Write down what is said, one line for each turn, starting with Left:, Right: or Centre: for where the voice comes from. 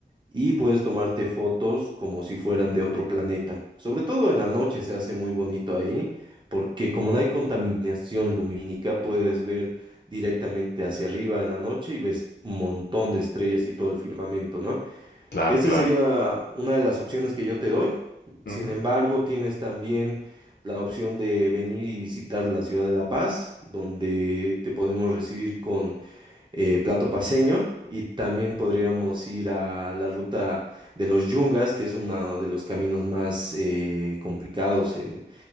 Right: Y puedes tomarte fotos como si fueran de otro planeta. Sobre todo en la noche se hace muy bonito ahí, porque como no hay contaminación lumínica, puedes ver directamente hacia arriba en la noche y ves un montón de estrellas y todo el firmamento, ¿no?
Left: Claro,
Right: Esa
Left: claro.
Right: sería una de las opciones que yo te doy.
Left: Ujú.
Right: Sin embargo, tienes también la opción de venir y visitar la ciudad de La Paz, donde te podemos recibir con eh, plato paceño y también podríamos ir a la ruta de los Yungas, que es uno de los caminos más eh, complicados en-